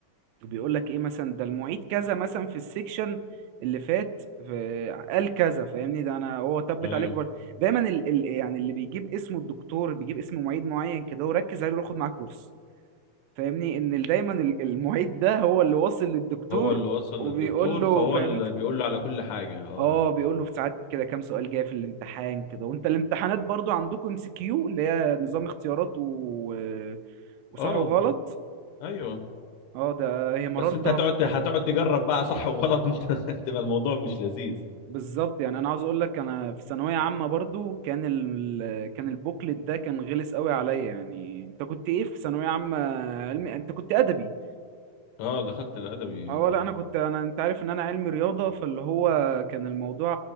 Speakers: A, on the right (about 80°); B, on the left (about 85°).
A: بيقول لك ايه مثلا ده المعيد كذا مثلا في السيكشن اللي فات في قال كذا فاهمني ده انا هو تبت
B: ايوه
A: عليكم برضه دايما ال... ال... يعني اللي بيجيب اسمه الدكتور بيجيب اسم معيد معين كده وركز عليه وخد معاه كورس فاهمني ان ال- دايما ال- المعيد ده هو اللي واصل للدكتور
B: هو اللي وصل
A: وبيقول
B: للدكتور
A: له
B: فهو
A: فهمت
B: اللي بيقول له على كل حاجة اه
A: اه بيقول له في ساعات كده كام سؤال جاي في الامتحان كده وانت الامتحانات برضو عندكم ام سي كيو اللي هي نظام اختيارات و... وصح
B: اه
A: وغلط
B: ايوه
A: اه ده هي مرارة
B: بس انت هتقعد هتقعد تجرب بقى صح وغلط انت <laughs> تبقى الموضوع مش لذيذ
A: بالظبط يعني انا عاوز اقول لك انا في ثانويه عامه برضو كان ال... كان البوكلت ده كان غلس قوي عليا يعني انت كنت ايه في ثانويه عامه علمي انت كنت ادبي
B: اه دخلت الادبي
A: اه لا انا كنت انا انت عارف ان انا علمي رياضه فاللي هو كان الموضوع